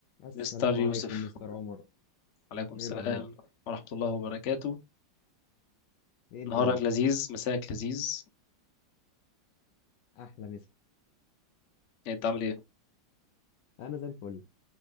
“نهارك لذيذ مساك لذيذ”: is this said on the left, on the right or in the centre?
Left